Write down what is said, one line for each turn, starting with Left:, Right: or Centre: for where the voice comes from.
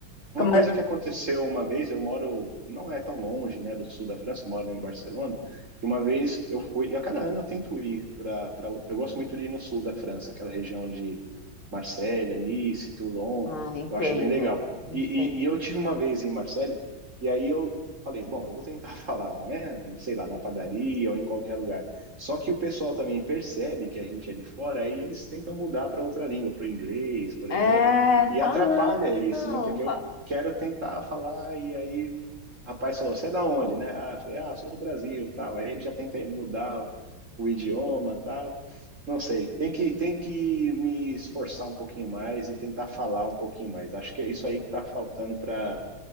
Right: Uma
Left: como
Right: coisa que aconteceu uma vez, eu moro, não é tão longe, né, do sul da França, eu moro em Barcelona, e uma vez eu fui, e a cada ano eu tento ir para, para, eu gosto muito de ir no sul da França, aquela região de Marselha, Nice, Toulon,
Left: Ah, entendo,
Right: eu acho bem legal.
Left: entendo.
Right: E, e, e eu tive uma vez em Marselha, e aí eu falei, bom, eu vou tentar <laughs> falar, né, sei lá, na padaria ou em qualquer lugar. Só que o pessoal também percebe que a gente é de fora, aí eles tentam mudar para outra língua, para o inglês, por exemplo,
Left: É,
Right: e
Left: fala
Right: atrapalha isso,
Left: não.
Right: né? Porque
Left: fa-
Right: eu quero tentar falar, e aí o rapaz falou, você é da onde, né? Ah, eu falei, ah, sou do Brasil, e tal. Aí ele já tenta mudar o, o idioma, tal. Não sei, tem que, tem que me esforçar um pouquinho mais e tentar falar um pouquinho mais. Acho que é isso aí que está faltando para